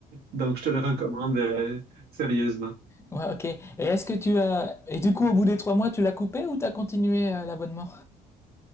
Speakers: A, on the right; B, on the left.
A: Donc, je te le recommande euh, sérieusement.
B: Ouais, ok. Et est-ce que tu as et du coup au bout des trois mois tu l'as coupé ou t'as continué euh, l'abonnement?